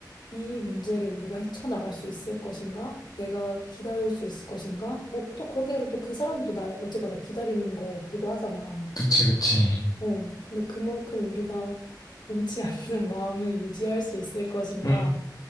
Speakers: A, on the left (about 80°); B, on the left (about 55°).
A: 이 문제를 우리가 헤쳐나갈 수 있을 것인가? 내가 기다릴 수 있을 것인가? 뭐 또 그렇게 되면 또 그 사람도 날 어쨌거나 기다리는 거기도 하잖아.
B: 그치, 그치.
A: 어, 근데 그만큼 우리가 변치 않는 <laughs> 마음을 유지할 수 있을 것인가?
B: 음, 음.